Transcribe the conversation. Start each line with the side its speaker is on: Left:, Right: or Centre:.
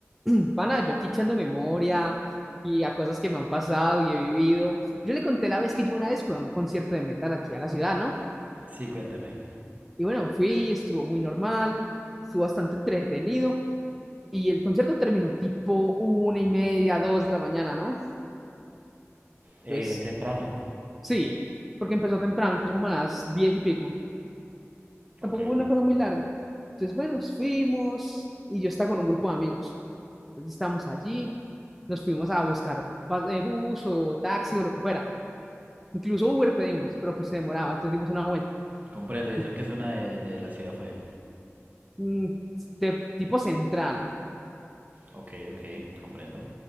Centre: <clears throat> Pana, yo aquí echando memoria y a cosas que me han pasado y he vivido. Yo le conté la vez que yo una vez fui a un concierto de metal aquí a la ciudad, ¿no?
Right: Sí, cuéntame.
Centre: Y bueno, fui, estuvo muy normal, estuvo bastante entretenido y el concierto terminó tipo una y media, dos de la mañana, ¿no?
Right: Eh,
Centre: Pues
Right: temprano,
Centre: sí, porque empezó temprano, empezó como a las diez y pico. Tampoco
Right: Ok,
Centre: fue una cosa muy larga. Entonces, bueno, fuimos y yo estaba con un grupo de amigos. Entonces estábamos allí, nos fuimos a buscar pa- eh, bus o taxi o lo que fuera. Incluso Uber pedimos, pero pues se demoraba, entonces dimos una vuelta.
Right: comprendo. ¿Y
Centre: Y,
Right: eso en qué zona de, de la ciudad fue?
Centre: mm, de tipo central.
Right: Ok, ok, comprendo.